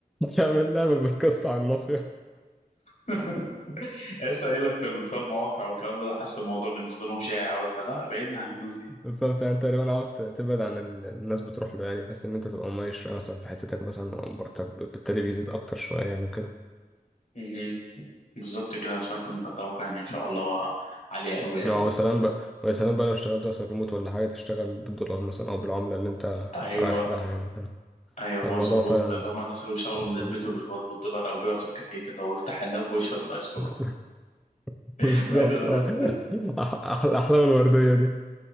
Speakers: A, in the centre; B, on the left.
A: تعمل لها بالبودكاست على النص
B: <laughs> لسه قايل لك بتوع المواقع والكلام ده حاسس الموضوع بالنسبه لهم شائع قوي فلا بعدنا عن الناس دي
A: بالظبط يعني انت تقريبا عاوز ت- تبعد عن ال- الناس بتروح له يعني بحيث ان انت تبقى مميز شويه مثلا في حتتك مثلا او مرتب بالتالي بيزيد اكتر شويه يعني وكده
B: مهم. بالظبط كده انا سمعت إن مرتبكم يعني ان شاء الله عاليه قوي قوي
A: اه ويا
B: قوي
A: سلام بقى ويا سلام بقى لو اشتغلت مثلا ريموت ولا حاجه تشتغل بالدولار مثلا او بالعمله اللي انت
B: ايوه
A: رايح لها يعني وكده
B: ايوه
A: الموضوع
B: مظبوط
A: فعلا
B: اللي هم الناس اللي بيشتغلوا
A: والله
B: من البيت
A: فعلا جميل
B: وبيقبضوا بالدولار او بيقعد في كافيه كده ويفتح اللاب ويشرب الايس كوفي
A: <laughs>
B: <laughs>
A: بالظبط
B: انا عايز أبقى ده
A: اه
B: <laughs>
A: أح- أح- الاحلام الورديه دي